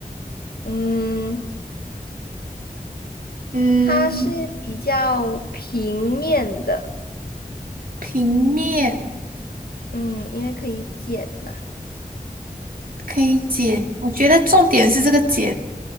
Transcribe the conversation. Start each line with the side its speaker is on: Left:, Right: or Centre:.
Left: 嗯，
Right: <laughs> 嗯，
Left: 它是比较平面的，
Right: 平面。
Left: 嗯，因为可以剪嘛，
Right: 可以剪，我觉得重点是这个剪，